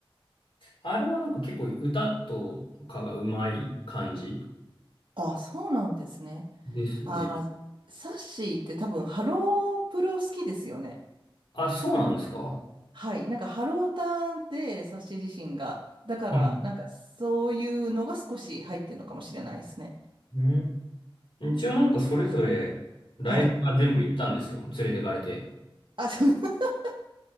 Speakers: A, on the left (about 75°); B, on the right (about 60°).
A: あれはなんか結構歌とかがうまい感じ
B: あ、そうなんですね。
A: ですね。
B: あー、サッシーって多分、ハロープロ好きですよね。
A: あ、そうなんですか。
B: はい、なんかハローターで冊子自身が。だから、
A: はい。
B: なんかそういうのが少し入ってるのかもしれないですね。
A: うん。一応なんかそれぞれライブは全部行ったんですよ。
B: はい。
A: 連れてかれて。
B: あ、そう <laughs>